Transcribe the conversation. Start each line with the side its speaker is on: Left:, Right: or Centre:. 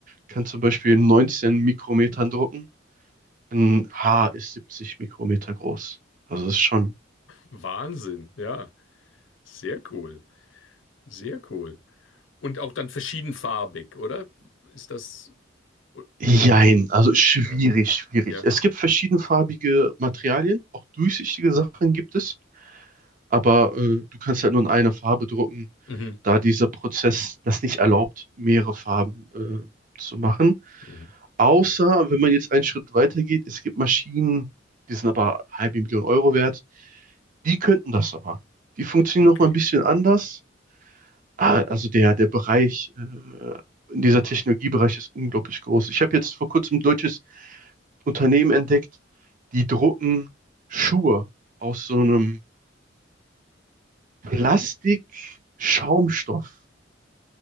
Right: kann zum Beispiel in Mikrometern drucken. Ein Haar ist 70 Mikrometer groß. Also das ist schon,
Left: Wahnsinn, ja. Sehr cool. Sehr cool. Und auch dann verschiedenfarbig, oder? Ist das. o-
Right: jein,
Left: Nee.
Right: also schwierig,
Left: Ja.
Right: schwierig.
Left: Ja.
Right: Es gibt verschiedenfarbige Materialien, auch durchsichtige Sachen gibt es, aber äh, du kannst halt nur in einer Farbe drucken.
Left: Mhm.
Right: da dieser Prozess das nicht erlaubt, mehrere Farben äh, zu machen.
Left: Mhm.
Right: Außer, wenn man jetzt einen Schritt weiter geht, es gibt Maschinen, die sind aber halbe Million Euro wert, die könnten das aber. Die funktionieren
Left: Okay.
Right: noch mal ein bisschen anders. Ah, also der, der Bereich, äh, dieser Technologiebereich ist unglaublich groß. Ich habe jetzt vor kurzem ein deutsches Unternehmen entdeckt, die drucken Schuhe aus so einem Plastik-Schaumstoff.